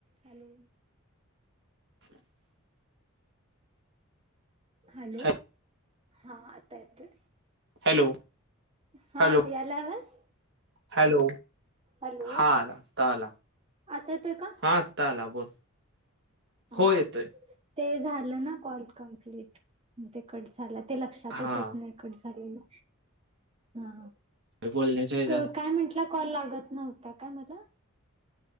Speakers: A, on the right (about 25°); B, on the right (about 55°).
A: Hello
B: <inaudible>
A: hello,
B: हॅ
A: हा आता येतोय.
B: हॅलो
A: हा
B: हॅलो
A: यायला आवाज
B: हॅलो
A: हॅलो
B: हा आला आता आला
A: आता येतोय का
B: हा आता आला बोल
A: हा
B: हो येतोय.
A: ते झालं ना कॉल कंप्लीट म ते कट झालं ते लक्षातच
B: हा
A: येत नाहीत. कट झालेला हा
B: बोलण्याच्या ह्याच्यात
A: कं काय म्हटलात कॉल लागत नव्हत्या काय मला?